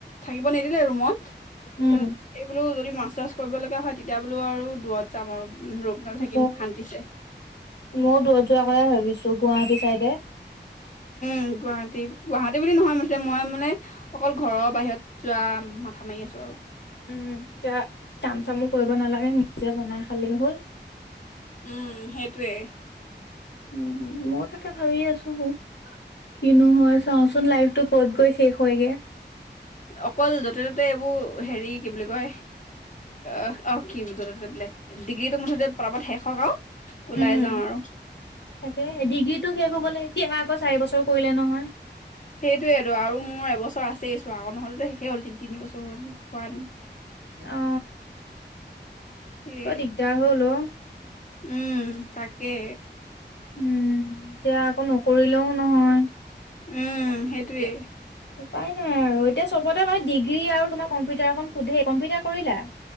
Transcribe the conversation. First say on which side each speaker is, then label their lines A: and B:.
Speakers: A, on the left; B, on the left.
A: থাকিব নিদিলে ৰুমত। তাৰপাছত
B: উম
A: এই বোলো যদি মাছ চাছ কৰিব লগা হয় তেতিয়া বোলো আৰু দূৰত যাম আৰু। ৰূপ লৈ থাকিম
B: ম
A: শান্তিছে
B: মই দূৰত যোৱাৰাকে ভাবিছো গুৱাহাটী চাইডে। উ। <unintelligible>
A: উ গুৱাহাটী গুৱাহাটী বুলি নহয় মুঠতে মই মানে অকল ঘৰৰ বাহিৰত যোৱা মাথা মাৰি আছো আৰু।
B: উম এতিয়া কাম চামো কৰিব নালাগে নিজে বনাই খালেই হ'ল।
A: উম সেইটোৱেই।
B: উম মই তাকে ভাবি আছো ন। কিনো হয় চাচোন লাইফটো ক'ত গৈ শেষ হয়গে।
A: অকল যতে ততে এইবোৰ হেৰি কি বুলি কয়। অ অ কি বুজ তাতে বোলে ডিগ্ৰীটো মুঠতোত শেষ। হওক আৰু ওলাই
B: উম
A: যাওঁ আৰু
B: তাকে ডিগ্ৰীটো শেষ হবলে এতিয়া। চাৰি বছৰ কৰিলে নহয়।
A: সেইটোয়েতটো আৰু মোৰ এবছৰ আছে চোৱা আকৌ নহলেতো শেষেই হ'ল তিনি বছৰ হ'ল হোৱাহেঁতেন।
B: অ
A: সেই
B: বৰ দিগদাৰ হ'ল অ।
A: উম তাকে।
B: উম এতিয়া আকৌ নকৰিলেও নহয়।
A: উম সেইটোৱে।
B: উপায় নাই আৰু এতিয়া চবতে বাৰো ডিগ্ৰী আৰু তোমাৰ কম্পিউটাৰ সোধে কম্পিউটাৰ কৰিলা।